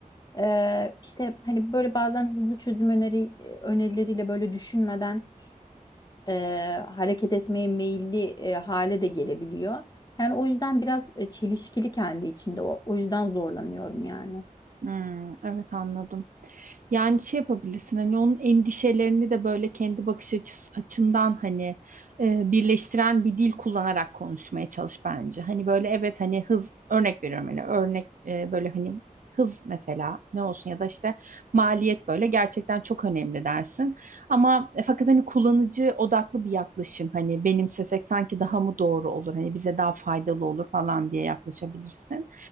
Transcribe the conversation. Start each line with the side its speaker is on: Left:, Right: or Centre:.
Left: Ee, işte hani böyle bazen hızlı çözüm öneri, önerileriyle böyle düşünmeden e, hareket etmeye meyilli e, hale de gelebiliyor. Yani o yüzden biraz e, çelişkili kendi içinde. O, o yüzden zorlanıyorum yani.
Right: Hmm, evet anladım. Yani şey yapabilirsin hani onun endişelerini de böyle kendi bakış açısı, açından hani e, birleştiren bir dil kullanarak konuşmaya çalış bence. Hani böyle evet hani hız örnek veriyorum hani örnek e, böyle hani hız mesela ne olsun ya da işte maliyet böyle gerçekten çok önemli dersin. Ama e, fakat hani kullanıcı odaklı bir yaklaşım hani benimsesek sanki daha mı doğru olur hani bize daha faydalı olur falan diye yaklaşabilirsin.